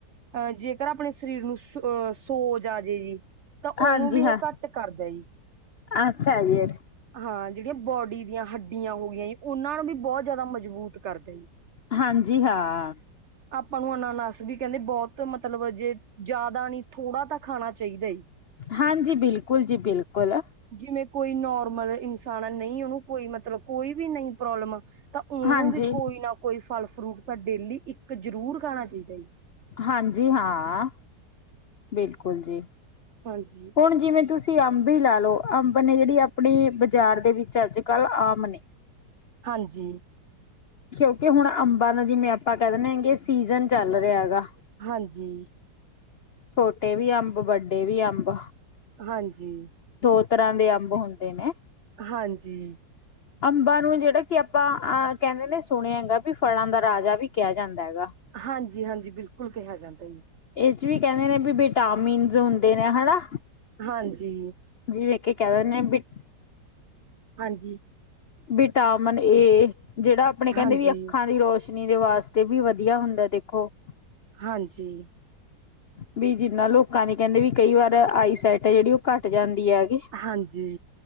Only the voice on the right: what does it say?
ਅਹ ਜੇਕਰ ਪਣੇ ਸਰੀਰ ਨੂੰ ਅਹ ਸੋਜ ਆ ਜੇ ਜੀ ਤਾਂ
ਓਨੂੰ ਵੀ
ਏ ਕੱਟ ਕਰਦੇ ਜੀ।
ਹਾਂ ਜੇੜੀਆਂ ਬੋਡੀ ਦੀਆਂ ਹੱਡੀਆਂ ਹੋ ਗਈਆਂ ਜੀ ਓਨਾਂ ਦੀ ਬੋਤ ਜਾਦਾ ਮਜ਼ਬੂਤ ਕਰਦੇ ਜੀ।
ਆਪਾਂ ਨੂੰ ਅਨਾਨਸ ਵੀ ਕੈਂਦੇ ਬੋਤ ਮਤਲਬ ਜੇ ਜਾਦਾ ਨੀ ਥੋੜ੍ਹਾ ਤਾਂ ਖਾਣਾ ਚਾਈਦਾ ਈ।
ਜਿਵੇਂ ਕੋਈ ਨੋਰਮਲ ਇਨਸਾਨ ਨਈ ਓਨੂੰ ਕੋਈ ਮਤਲਬ ਕੋਈ ਵੀ ਨਹੀ ਪ੍ਰੋਬਲਮ ਤਾਂ ਓਨੂੰ
ਵੀ ਕੋਈ ਨਾ ਕੋਈ ਫਲ ਫਰੂਟ ਤਾਂ ਡੇਲੀ ਇੱਕ ਜਰੂਰ ਖਾਣਾ ਚਾਈਦਾ ਜੀ।
ਹਾਂਜੀ।
ਹਾਂਜੀ।
ਹਾਂਜੀ।
ਹਾਂਜੀ।
ਹਾਂਜੀ।
ਹਾਂਜੀ-ਹਾਂਜੀ ਬਿਲਕੁਲ ਕੈਹਾ ਜਾਂਦਾ ਜੀ।
ਕਾਂਜੀ।
ਹਾਂਜੀ।
ਹਾਂਜੀ,
ਹਾਂਜੀ।
ਹਾਂਜੀ।